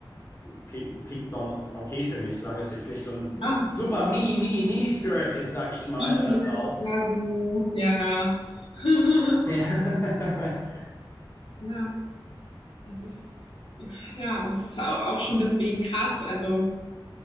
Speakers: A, on the left (about 30°); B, on the left (about 80°).
A: Klingt, klingt normal, okay für mich, solange das jetzt nicht so ein
B: Ja,
A: super mini, mini, mini Skirt ist, sag ich mal,
B: Ja,
A: bei der Frau.
B: so, ja. <laughs>
A: Ja. <laughs>
B: Ja, das ist ja, es ist au auch schon deswegen krass. Also,